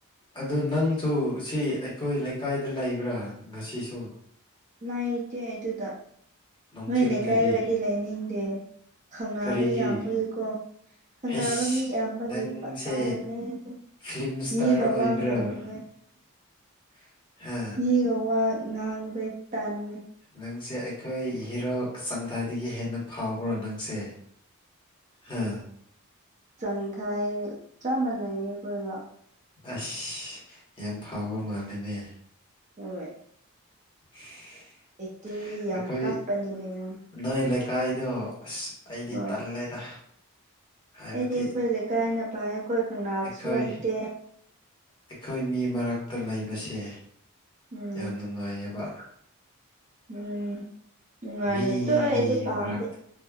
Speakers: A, on the left (about 20°); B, on the right (about 30°).
A: ꯑꯗꯨ ꯅꯪꯁꯨ ꯁꯤ ꯑꯩꯈꯣꯏ ꯂꯩꯀꯥꯏꯗ ꯂꯩꯕ꯭ꯔꯥ ꯉꯁꯤꯁꯨ
B: ꯅꯩꯇꯦ ꯑꯗꯨꯗꯥ
A: ꯅꯨꯡꯊꯤꯜꯗꯗꯤ
B: ꯅꯣꯏ ꯂꯩꯀꯥꯏꯗꯣ ꯑꯩꯗꯤ ꯂꯩꯅꯤꯡꯗꯦ ꯈꯪꯅꯕ
A: ꯀꯔꯤꯒꯤ
B: ꯌꯥꯝꯕꯒꯤꯀꯣ ꯈꯪꯅꯕ
A: ꯍꯩꯁ
B: ꯃꯤ ꯑꯌꯥꯝꯕꯒꯤ
A: ꯅꯪꯁꯦ
B: ꯄꯠꯇꯥꯜꯂꯂꯦ ꯑꯩꯁꯨ
A: ꯐꯤꯂꯝ ꯏꯁꯇꯥꯔ
B: ꯃꯤꯒ
A: ꯑꯣꯏꯕ꯭ꯔꯥ
B: ꯋꯥ ꯉꯥꯡꯅꯤꯡꯉꯥꯏ
A: <unintelligible> ꯍꯥ
B: ꯃꯤꯒ ꯋꯥ ꯉꯥꯡꯕꯩ ꯇꯟꯂꯦ
A: ꯅꯪꯁꯦ ꯑꯩꯈꯣꯏ ꯍꯤꯔꯣꯛ ꯆꯪꯊꯥꯏꯗꯒꯤ ꯍꯦꯟꯅ ꯐꯥꯎꯕ꯭ꯔꯣ ꯅꯪ ꯁꯦ ꯍꯥ
B: ꯆꯪ ꯊꯥꯏ ꯆꯞ ꯃꯥꯟꯅꯩꯌꯦ ꯀꯣꯏꯕ
A: ꯑꯁ ꯌꯥꯝ ꯐꯥꯎꯕ ꯃꯥꯜꯂꯦꯅꯦ
B: ꯍꯣꯏ
A: <inaudible>
B: ꯑꯦꯛꯇꯤꯡꯗꯤ ꯌꯥꯝ
A: ꯑꯩꯈꯣꯏ
B: ꯀꯥꯞꯄꯅꯤ ꯀꯩꯅꯣ
A: ꯅꯣꯏ ꯂꯩꯀꯥꯏꯗꯣ ꯑꯁ ꯑꯩꯗꯤ
B: ꯍꯣꯏ
A: ꯇꯜꯂꯦꯗ ꯍꯥꯏꯕꯗꯤ
B: ꯑꯩꯗꯤ ꯑꯩꯈꯣꯏ ꯂꯩꯀꯥꯏꯅ ꯄꯥꯏ ꯑꯩꯈꯣꯏ ꯈꯪꯅꯥꯕꯁꯨ
A: ꯑꯩꯈꯣꯏ
B: ꯂꯩꯇꯦ
A: ꯑꯩꯈꯣꯏ ꯃꯤ ꯃꯔꯛꯇ ꯂꯩꯕꯁꯦ
B: ꯎꯝ
A: ꯌꯥꯝ ꯅꯨꯡꯉꯥꯏꯌꯦꯕ
B: ꯎꯝ ꯅꯨꯡꯉꯥꯏꯔꯤ
A: ꯃꯤꯒꯤ
B: ꯑꯗꯨ ꯑꯩꯗꯤ ꯄꯥꯝꯗꯦ
A: ꯃꯔꯛ